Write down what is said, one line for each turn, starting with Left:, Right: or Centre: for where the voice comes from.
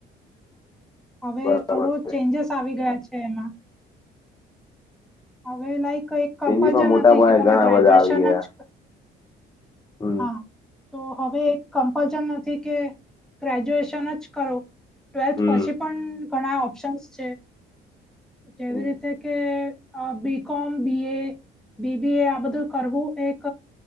Centre: હવે
Left: બરાબર
Centre: થોડો
Left: છે
Centre: ચેન્જસ આવી ગયા છે, એમાં હવે લાઈક એક કમ્પલસન
Left: ચેન્જીસમાં મોટા
Centre: નથી,
Left: પાયે
Centre: કે તમે
Left: ઘણા
Centre: ગ્રેજ્યુએશન
Left: બધા આવી ગયા
Centre: જ
Left: હમ
Centre: હા તો હવે એક કમ્પલશન નથી કે ગ્રેજ્યુએશન જ કરો. ટ્વેલ્થ
Left: હમ
Centre: પછી પણ ઘણા ઓપ્શન્સ છે, જેવી
Left: હમ
Centre: રીતે કે બી ‌. કોમ, બી. એ. બીબીએ આ બધું કરવું એક